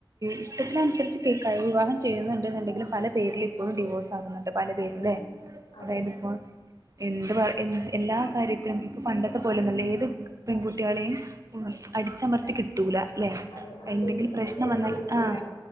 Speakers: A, on the right; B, on the left.
A: ഇഷ്ടത്തിനനുസരിച്ച് കേക്കാ വിവാഹം ചെയ്യുന്നുണ്ടുന്ന്ണ്ടെങ്കിലും പല പേരിൽ പ്പോഴും ഡിവോഴ്സ് ആകുന്നുണ്ട് പല പേരുംല്ലേ
B: അതെ അതെ
A: അതായത് ഇപ്പോ എന്ത് പറ എ എല്ലാ കാര്യത്തിനും ഇപ്പൊ പണ്ടത്തെ പോലെ നല്ല ഏത് പെൺകുട്ടികളെയും അടിച്ചമർത്തി കിട്ടൂല ല്ലെ
B: അതെ ആരും
A: എന്തെങ്കിലും
B: ഇപ്പൊ സഹിച്ചു
A: പ്രശ്നം
B: പിടിച്ചു
A: വന്നാൽ
B: നിക്കൂല
A: ആ